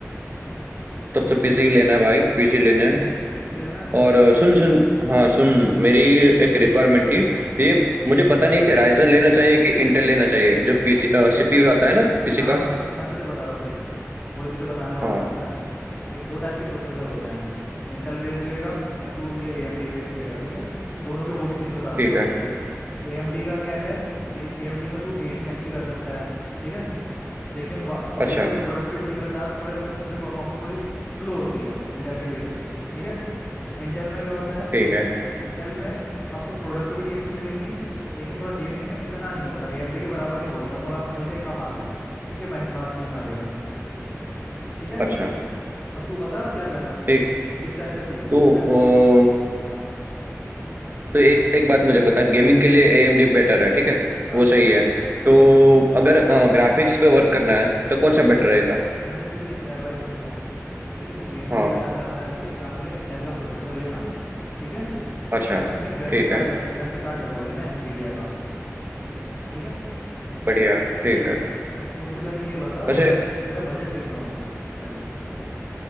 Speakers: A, on the right; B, on the left.
A: तब तो पीसी ही लेना है भाई पीसी लेना है
B: पीसी लेना है
A: और
B: चल
A: अ, सुन सुन हाँ
B: हाँ
A: सुन
B: बता
A: मेरी एक रिक्वायरमेंट थी ये मुझे पता नहीं है कि राइजन लेना चाहिए कि इंटेल लेना चाहिए जो पीसी सीपीयू आता है ना पीसी
B: हाँ
A: का
B: हाँ मैं सम, मैं तुझे बता रहा हूँ देख वही तुझे बताने वाला
A: हाँ
B: था मैं देख दो टाइप के प्रोसेसर होते हैं इंटेल बेस लेगा या तू ये एएमडी बेस लेगा ठीक है दोनों के वो भी चीज़ बता
A: ठीक
B: देता हूँ
A: है
B: तुझे एएमडी का क्या है एएमडी में तू गेमिंग अच्छी कर सकता है ठीक है लेकिन
A: अच्छा
B: डे टू डे प्रोडक्टिविटी वाले टास्क थोड़े उसमें थोड़ी परफॉर्मेंस थोड़ी स्लो होती है इंटेल के बेस पे ठीक है इंटेल में क्या होता है
A: ठीक है
B: इंटेल में आपको प्रोडक्टिविटी अच्छी मिलेगी लेकिन थोड़ा गेमिंग में इतना नहीं होता एएमडी के बराबर नहीं बोलूंगा थोड़ा हल्का ही कम आता है ठीक है बेंचमार्क्स में सारे में ठीक है
A: अच्छा
B: अब तू बता क्या करना है तेरे
A: ठीक
B: को किस टाइप का चाहिए
A: तो
B: बै...
A: अ,
B: हाँ
A: तो एक एक बात मुझे बता गेमिंग के लिए एएमडी बेटर है ठीक है
B: हाँ
A: वो सही है
B: हाँ
A: तो अगर ग्राफिक्स पे वर्क करना है तो
B: हाँ
A: कौन सा बेटर रहेगा
B: मैं देख तुझे एक एडवाइस देता हूँ ठीक है तू गेमिंग
A: हाँ
B: भी करना चाहता है तो एक काम कर ले इंटेल का प्रोसेसर लेना ठीक है
A: अच्छा
B: उसमें ग्राफिक
A: ठीक
B: कार्ड
A: है
B: लग ग्राफिक कार्ड लगवा लेना एनवीडिया का ठीक है
A: बढ़िया ठीक है
B: बस तू मुझे पहले ये बता
A: वैसे
B: तेरा तेरा बजट कितना होगा पहले